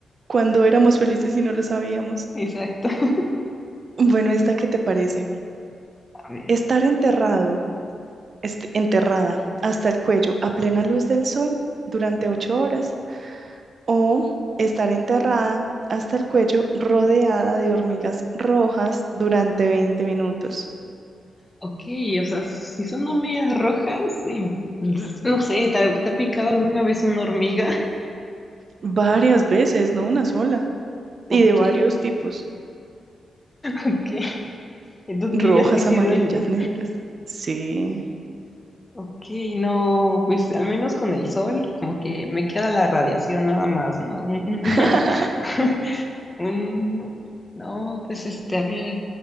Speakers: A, on the right; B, on the left.
A: Cuando éramos felices y no lo sabíamos.
B: exacto. <laughs>
A: Bueno, ¿esta qué te parece?
B: A ver.
A: Estar enterrado este, enterrada hasta el cuello a plena luz del sol durante ocho horas o estar enterrada hasta el cuello rodeada de hormigas rojas durante 20 minutos.
B: Ok, o sea, si son hormigas rojas y no sé, ¿te, te ha picado alguna vez una hormiga? <laughs>
A: Varias veces, no una sola. Y
B: Ok,
A: de varios tipos.
B: ok. Entonces
A: Rojas,
B: dirías que sí
A: amarillas,
B: duele.
A: negras. Sí.
B: Ok, no, pues al menos con el sol, como que me queda la radiación nada más, ¿no? Un-
A: <laughs>
B: <laughs> un- no, pues este, a ver,